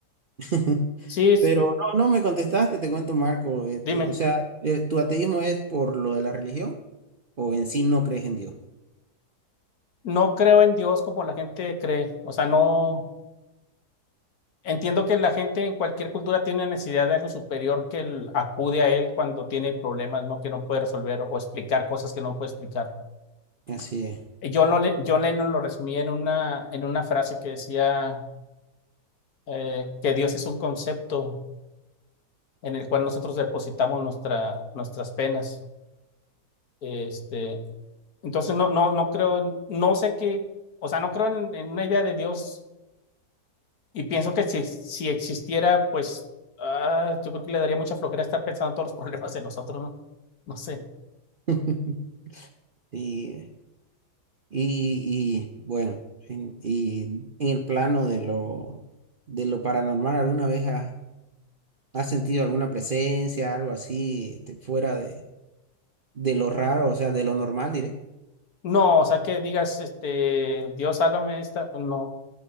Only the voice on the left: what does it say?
sí, es-
dime,
no creo en Dios como la gente cree. O sea, no entiendo que la gente en cualquier cultura tiene necesidad de algo superior que el- acude a él cuando tiene problemas, ¿no? Que no puede resolver o explicar cosas que no puede explicar.
Yo, no, le- yo Lennon lo resumía en una, en una frase que decía eh, que Dios es un concepto en el cual nosotros depositamos nuestra, nuestras penas. Este, entonces no, no, no creo, en- no sé qué, o sea, no creo en, en una idea de Dios y pienso que si, si existiera, pues ah, yo creo que le daría mucha flojera estar pensando en todos los <laughs> problemas de nosotros, ¿no? No sé.
No, o sea, que digas, este, Dios, sálvame de esta, pues, no,